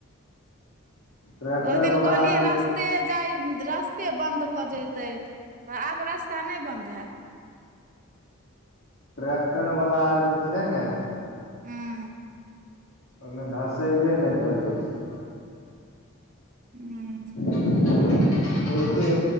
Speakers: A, on the left; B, on the right.
A: ट्रैक्टर
B: ओहि दिन
A: वाला
B: कहलियै
A: आर जे
B: रस ते जाय रस्ते बन्द भऽ जेतै तऽ आब रास्ता नहि बंन्द हैत
A: ट्रैक्टर वला आर जे छै ने
B: हूँ
A: ओहिमे धसेबे नहि करै छै
B: हू
A: बहुते